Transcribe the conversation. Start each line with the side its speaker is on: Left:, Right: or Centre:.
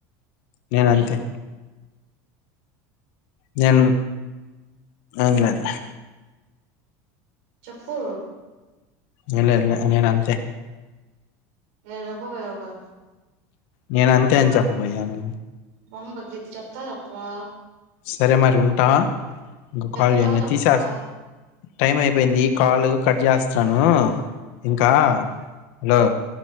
Left: నేను
Right: మ్
Left: అంతే నేన్ ఏం లేదులే
Right: చెప్పు
Left: ఏం లేదులే నేను అంతే
Right: ఏ <unintelligible>
Left: నేన అంతే అని చెప్పబోయాను
Right: మొహం బగలిద్ది చెప్తావా చెప్పవా
Left: సరే మరి ఉంటా ఇంకా
Right: చెప్తావా
Left: కాల్ చేయనా
Right: చెప్పవా
Left: తీసా టైం అయిపోయింది కాల్ కట్ చేస్తున్నాను ఇంకా హలో